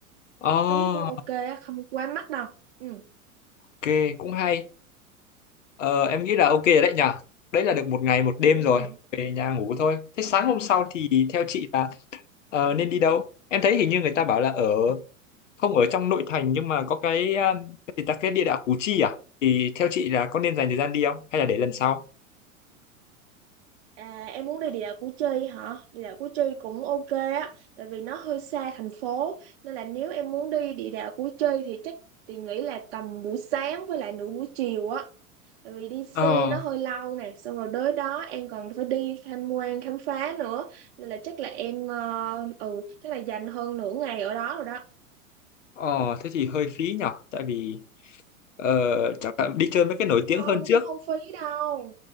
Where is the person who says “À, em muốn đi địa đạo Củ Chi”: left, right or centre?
Right